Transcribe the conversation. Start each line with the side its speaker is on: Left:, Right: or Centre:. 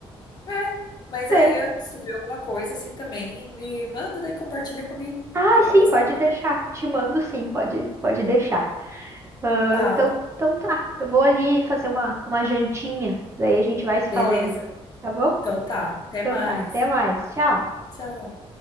Left: é. Mas aí,
Right: É.
Left: se tu vê alguma coisa, assim, também, me manda daí, compartilha comigo,
Right: Ah,
Left: que eu
Right: sim,
Left: vou gostar
Right: pode
Left: de...
Right: deixar. Te mando sim, pode, pode deixar. Ah,
Left: Tá,
Right: então, então tá, eu vou ali fazer uma, uma jantinha, daí a gente vai se
Left: beleza.
Right: falando, tá bom?
Left: Então tá, até
Right: Então
Left: mais.
Right: tá, até mais, tchau.
Left: Tchau.